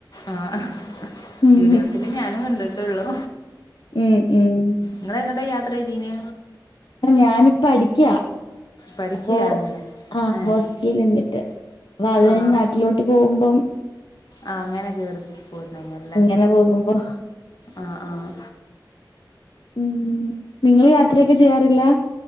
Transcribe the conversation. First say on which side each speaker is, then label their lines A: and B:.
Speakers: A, on the left; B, on the left.
A: ആഹ്
B: ഉം
A: വീഡിയോസില് ഞാനും കണ്ടിട്ടൊള്ളു
B: ഉം ഉം
A: ഇങ്ങളെങ്ങട്ട യാത്ര ചെയ്തീനെ
B: ആഹ് ഞാന് പഠിക്ക
A: പഠിക്കയാണല്ലേ
B: അപ്പൊ ആഹ്
A: ഏഹ്
B: ഹോസ്റ്റലിൽ നിന്നിട്ട്. അപ്പൊ അത് കഴിഞ്ഞ്
A: ആഹ്
B: നാട്ടിലോട്ട് പോകുമ്പോ.
A: ആഹ് അങ്ങനെ കേറി പോയിര്ന്നല്ലേ
B: അങ്ങനെ പോകുമ്പോ
A: ആഹ് ആഹ്.
B: ഉം നിങ്ങൾ യാത്രയൊക്കെ ചെയ്യാറില്ല.